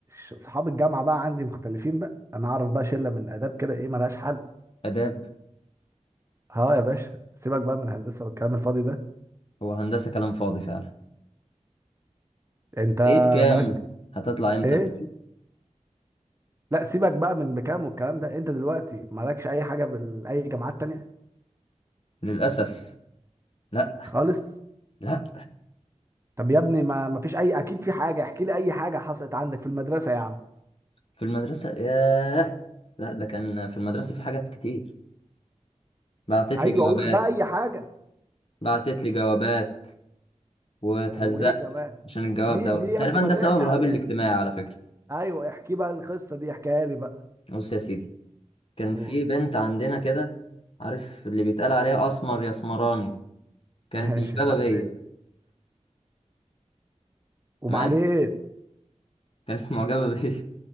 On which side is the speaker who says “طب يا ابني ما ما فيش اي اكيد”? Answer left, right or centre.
Right